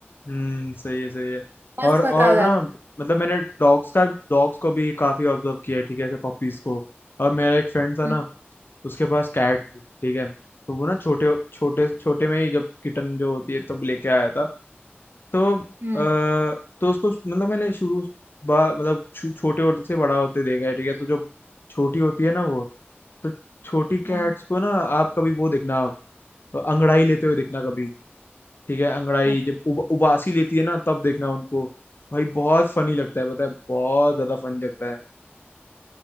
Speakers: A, on the left (about 55°); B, on the right (about 55°).
A: हम्म सही है सही है
B: मस्त
A: और और
B: मजा आ जाता
A: ना मतलब मैंने डॉग्स का डॉग्स को भी काफी ऑब्जर्व किया है ठीक है ऐसे पपीज को और मेरा एक फ्रेंड था
B: हम्म
A: ना उसके पास कैट थी ठीक है तो वो ना छोटे छोटे छोटे में ही जब किटन जो होती है तब लेके आया था तो अ,
B: हम्म,
A: तो उसको मतलब मैंने शुरू बा- मतलब छो, छोटे होते से बड़ा होते देखा है ठीक है तो जो छोटी होती है ना वो तो छोटी कैट्स
B: हम्म,
A: को ना आप कभी वो देखना अंगड़ाई लेते हुए देखना कभी ठीक है अंगड़ाई
B: अच्छा,
A: जब उब, उबासी लेती है ना तब देखना उनको भाई बहुत फनी लगता है पता है बहुत ज्यादा फनी लगता है